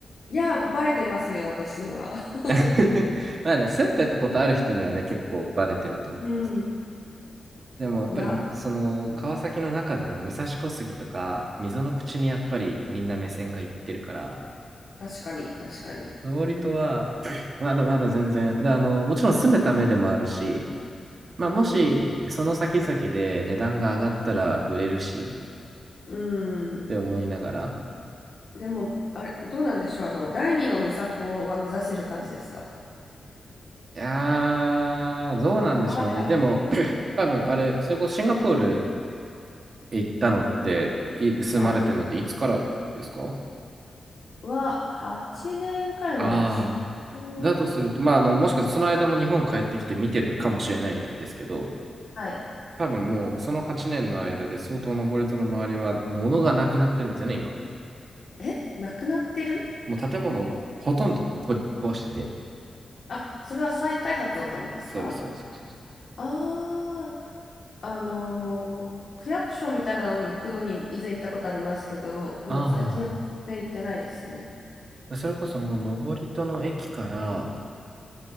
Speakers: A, on the left; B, on the right.
A: いや、バレてますよ、私には。<laughs>
B: <laughs>、まあね、住んでたことある人にはね、結構バレてると思うんですけど。
A: うん。
B: でもやっぱり、
A: いや、
B: その、
A: もう
B: 川崎の中でも武蔵小杉とか、溝の口にやっぱりみんな目線がいってるから、
A: 確かに、確かに。
B: 登戸は、
A: うん。
B: まだまだ全然。で、あの、もちろん住むためでもあるし、まあ、
A: うん。
B: もし、その先々で値段が上がったら売れるし、
A: う
B: って思いながら。
A: ん。でも、あれ、どうなんでしょう。あの、第二のムサコは目指せる感じですか
B: いやー、どうなんでしょうね。
A: そこまでは無理。
B: でも、<clears throat> 多分、あれ、それこそシンガポール行ったのって、い住まれてるのっていつからですか
A: はい。は、8年くらい前ですか。
B: ああ
A: えー
B: ー、だとすると、まあ、あの、もしかしたらその間も日本帰ってきて見てるかもしれないですけど、
A: はい。
B: 多分もうその8年の間で相当登戸の周りは物がなくなってるんですよね、今。
A: え、なくなってる
B: もう建物をほとんど取り壊してて。
A: あ、それは再開発のためですか
B: そうです、そうです、そうですそうです。
A: ああ、あのー区役所みたいなのに行くのに以前行ったことありますけど、もう最近は全然行ってないですね。
B: ああ、はいはい。それこそもう登戸の駅から、